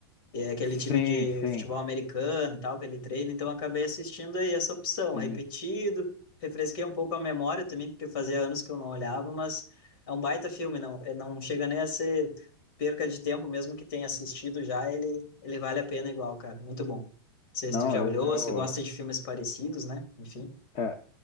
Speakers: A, on the left; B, on the left.
A: E é aquele
B: Sim,
A: time de
B: sim,
A: futebol americano e tal que ele treina, então eu acabei assistindo aí essa opção,
B: sim.
A: repetido, refresquei um pouco a memória também, porque fazia anos que eu não olhava, mas é um baita filme, não, é- não chega nem a ser perca de tempo, mesmo que tenha assistido já, ele, ele vale a pena igual, cara, muito bom. Não sei
B: Não,
A: se tu já
B: eu,
A: olhou,
B: eu
A: se gosta de filmes parecidos, né? Enfim.
B: é,